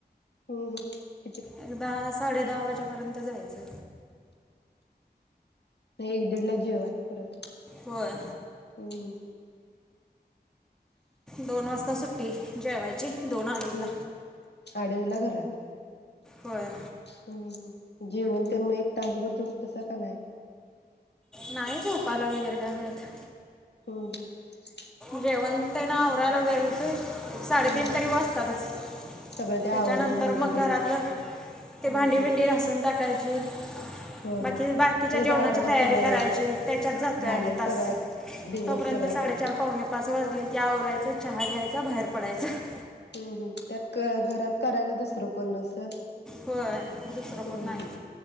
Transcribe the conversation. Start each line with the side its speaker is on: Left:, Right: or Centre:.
Left: हम्-हम्
Centre: एक दहा साडे दहा वाजेपर्यंत जायचं.
Left: एक-दिडला जेवाय परत.
Centre: होय
Left: हम्-हम्
Centre: दोन वासता सुट्टी. जेवायची. दोन अडीचला
Left: हम्, आडीजला घा रात
Centre: होय
Left: हम्-हम्, जेवूनतेन एक तासभर झोपतासा का नाही?
Centre: नाही झोपायला वगैरे काय मिळत.
Left: हम्-हम्
Centre: जेवनतेन आवरायला वेळ होतोय. साडेतीन
Left: हम्म हम्म
Centre: तरी वाजतातच.
Left: सगळं ते आवरून
Centre: त्याच्यानंतर
Left: भांडे
Centre: मग घरातलं
Left: तेन
Centre: ते
Left: हम्म
Centre: भांडी
Left: हम्म.
Centre: भिंडी घासून टाकायची.
Left: हो
Centre: बाकी
Left: हो
Centre: बाकीच्या
Left: तेच
Centre: जेवणाची
Left: आवरायला
Centre: तयारी
Left: सगळं
Centre: करायची. त्याच्यात जातोय
Left: झालं
Centre: आणि तास.
Left: सगळा दिवस
Centre: तोपर्यंत
Left: सगळा
Centre: साडेचार
Left: त्यातच.
Centre: पाच वाजलेकी आवरायचं चहा घ्यायचा बाहेर पडायचं.
Left: हम्-हम्, त्यात क घरात करायला दुस् तर कोण नसल?
Centre: होय दुसरं
Left: हं
Centre: कोण नाही